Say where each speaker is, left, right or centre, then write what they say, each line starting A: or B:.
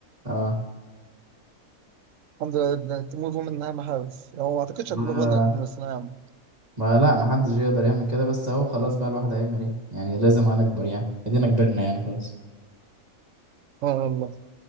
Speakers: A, on the right; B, on the right.
A: اه
B: الحمد لله تموف أون من أهم حاجة بس هو ما أعتقدش
A: ما
B: هتموف أون من الثانوية العامة
A: ما لا ما حدش يقدر يعمل كده بس اهو خلاص بقى الواحد هيعمل ايه يعني لازم هنكبر يعني ادينا كبرنا يعني خلاص
B: آه والله